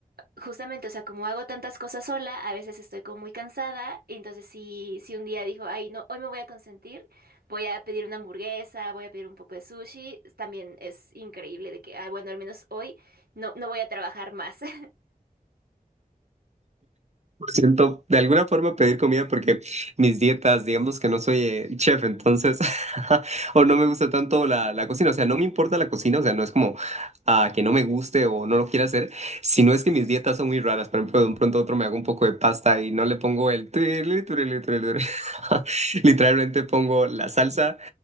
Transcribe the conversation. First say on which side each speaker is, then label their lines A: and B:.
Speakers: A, on the right (about 80°); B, on the right (about 45°).
A: Justamente, o sea, como hago tantas cosas sola, a veces estoy como muy cansada, y entonces si, si un día dijo, ay, no, hoy me voy a consentir, voy a pedir una hamburguesa, voy a pedir un poco de sushi, también es increíble de que, ay, bueno, al menos hoy no, no voy a trabajar más. <laughs>
B: Siento de alguna forma pedir comida porque mis dietas, digamos que no soy eh, chef, entonces, <laughs> o no me gusta tanto la, la cocina, o sea, no me importa la cocina, o sea, no es como ah, que no me guste o no lo quiera hacer, sino es que mis dietas son muy raras, por ejemplo, de un pronto a otro me hago un poco de pasta y no le pongo el... tuirulí, tuirulí, tuirulí. <laughs> Literalmente pongo la salsa,